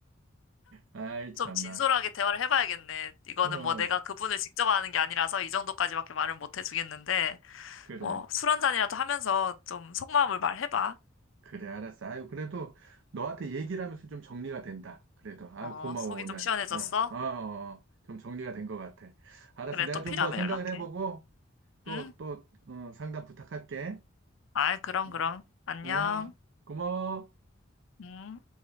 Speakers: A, on the right; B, on the left.
A: 아이, 참나.
B: 좀 진솔하게 대화를 해봐야겠네. 이거는
A: 어,
B: 뭐 내가 그분을 직접 아는 게 아니라서 이 정도까지밖에 말을 못 해주겠는데,
A: 그래.
B: 뭐 술 한잔이라도 하면서 좀 속마음을 말해봐.
A: 그래, 알았어. 아유, 그래도 너한테 얘기를 하면서 좀 정리가 된다. 그래도. 아유,
B: 어,
A: 고마워,
B: 속이
A: 오늘.
B: 좀 시원해졌어?
A: 어, 어, 어. 좀 정리가 된 것 같아. 알았어.
B: 그래,
A: 내가
B: 또 필요하면
A: 좀 더 생각을
B: 연락해.
A: 해보고, 또,
B: 응?
A: 또, 어, 상담 부탁할게.
B: 아이, 그럼,
A: 예.
B: 그럼. 안녕.
A: 어, 고마워.
B: 응?